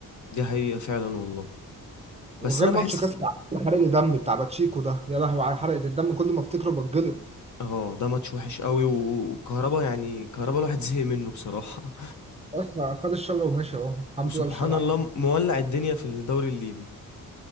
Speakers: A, on the left; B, on the right.
A: دي حقيقة فعلا والله
B: وغير
A: بس انا
B: ماتش
A: بحس
B: كاس العالم حرق الدم بتاع باتشيكو ده يا لهوي على حرقه الدم كل ما افتكره بتجلط
A: اه ده ماتش وحش قوي و- وكهربا يعني كهربا الواحد زهق منه بصراحة
B: اصلا خد الشبكه ومشي اهو
A: <laughs>
B: الحمد
A: وسبحان
B: لله مش راجع
A: الله
B: تاني
A: مولع الدنيا في الدوري الليبي